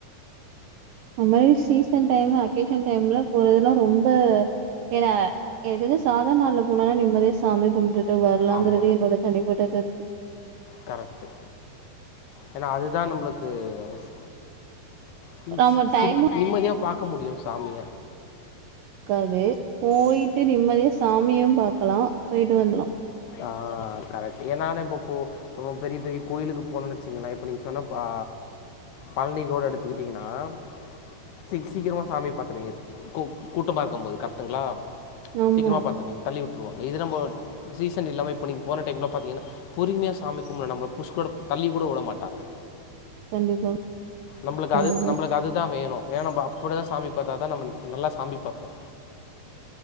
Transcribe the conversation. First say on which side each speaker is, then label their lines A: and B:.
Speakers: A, on the right; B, on the left.
A: அம் மாரி சீசன் டைம் அகேஷன் டைம்ல போறதெல்லா ரொம்ப <unintelligible> சாதார்ண் நாள்லப் போனனா நிம்மதியா சாமி கும்டுட்டு வர்லாங்கிறது
B: ஆமா,
A: என்னோடத் தனிப்பட்டது
B: கரக்ட்டு எனா அதுதா நம்ளுக்கு அச் டிவின்ஸ்
A: ஆமா டைமு
B: சிம் நிம்மதியாப் பாக்க முடியு சாமிய
A: காதே போயிட்டு நிம்மதியா சாமியும் பாக்கலா போயிட்டு வந்துலா
B: ஆ கரெக்ட் எனான இப்போ போ போம் பெரியப் பெரியக் கோயிலுகு போனுனோனு வெச்சிகங்களே இப்ப நீங் சொன்னப்பா பழ்னி கோட எடுத்துகிட்டிங்கினாம் சிக் சீக்கிரமா சாமியப் பாத்துருவீங்க கூ கூட்டமா இருக்கம்போது கர்ட்டுங்ளா
A: ஆமா
B: சீக்கிரமா பாத்துருவிங் தள்ளி வுட்டுருவாங் இது நம்போட் சீசன் இல்லாம இப்ப நீங்க போன டைம்லாம் பாத்தீங்கினா பொறும்யா சாமி கும்லா நம்பள புஷ் கூடத் தள்ளி கூட வுட மாட்டாங்க
A: கண்டிப்பா
B: நம்பளுக்கு
A: கண்டிப்பா
B: அது நம்மளுக்கு அதுதா வேணு ஏன்னா நம்ப அப்படிதா சாமி பாத்தா தா நம்ம நல்லா சாமி பாப்போ